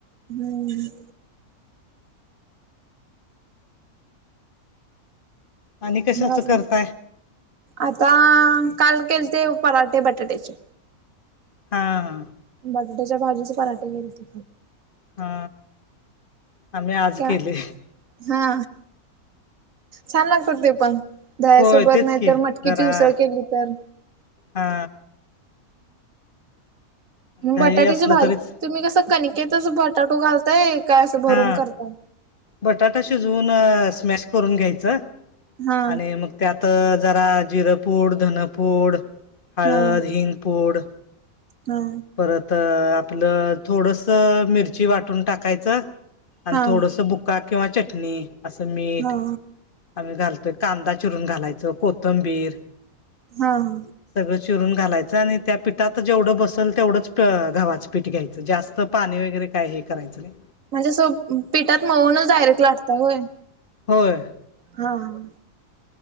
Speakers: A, on the right; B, on the left.
A: हम्म.
B: आणि कशा
A: मग
B: असं
A: अजून
B: करताय.
A: आता काल केल ते पराठे बटाट्याचे.
B: हा हा.
A: बटाट्याच्या भाजीचे पराटे घेलते.
B: हा आम्ही आज
A: क्या
B: केले.
A: हा छान लागतात ते पण. धयासोबत
B: होय तेच
A: नाही
B: की
A: तर मटकीची
B: जरा
A: उसळ केली तर.
B: हा दही
A: बटाट्याची
B: असलं
A: भाजी
B: तरीच
A: तुम्ही कसं कणिकेतच बटाटो घालताय काय असं भरून
B: हा
A: करताय.
B: बटाटा शिजवून स्मॅश करून घ्यायचं
A: हा
B: आणि मग. त्यात जरा जिरंपूड धनपूड हळद
A: हा
B: हिंगपूड.
A: हा.
B: परत आपलं थोडस मिरची वाटून टाकायचं आणि
A: हा
B: थोडस बु का किंवा चटणी असं मीठ.
A: हा
B: आम्ही घालतोय कांदा चिरून घालायचो कोथंबीर.
A: हा हा.
B: सगळं चिरून घालायचं आणि त्या पिठात जेवढं बसल. तेवढंच क धावाचं पीठ घ्यायचं जास्त पाणी वगैरे काय हे करायचं नाही.
A: म्हणजे स पिठात मळून डायरेक्ट लाटतय होय.
B: होय.
A: हा हा.